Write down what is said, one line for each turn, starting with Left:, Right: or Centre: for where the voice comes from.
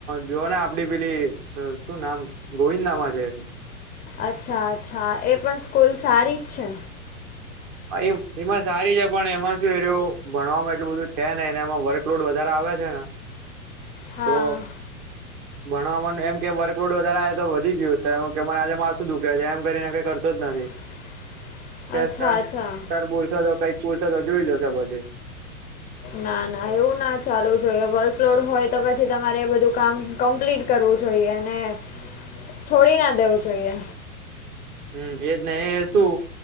Right: જોઓને આપડી પેલી શું નામ ગોવિંદામાં છે એતો
Left: અચ્છા અચ્છા એ પણ સ્કૂલ સારી જ છે.
Right: એ એમાં સારી છે પણ એમાં શું એરયો ભણવામાં એટલું બધું છે નઈ ને એમાં વર્ક લોડ વધારે આવે છે ને
Left: હા
Right: તો ભણવામાં એમ કે વર્કલોડ વધારે આવે તો વધી ગયું છે, કેને આજે મારથું દુખે છ એમ કરીને કઈ કરતો જ નથી
Left: <inaudible>
Right: કે
Left: અચ્છા
Right: સર
Left: અચ્છા
Right: સર બોલશે કઈક બોલશે તો જોઈ જશે પછી
Left: ના ના એવું ના ચાલુ જોઈએ વર્કલોડ હોય તો પછી તમારે બધું કામ કમ્પ્લીટ કરવું જોઈએ ને છોડી ના દેવું જોઈએ
Right: હમ એજ નહ શું